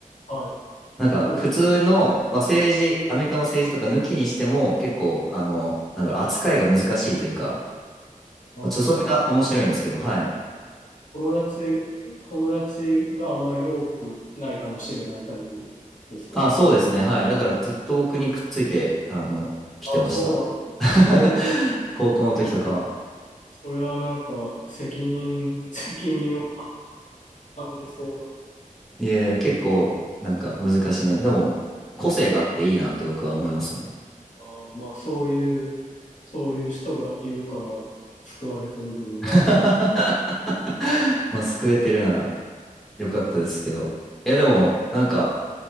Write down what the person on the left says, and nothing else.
う、はい、
そう。
あー、
じゃあ、なんか、
友達、友達があんまり多くないかもしれないタイプですか
あー、そうなんだ。それは
えーそれはなんか責任、<laughs> 責任を感じそうな、
あーまあそういう、そういう人がいるから救われてる部分があるんでしょ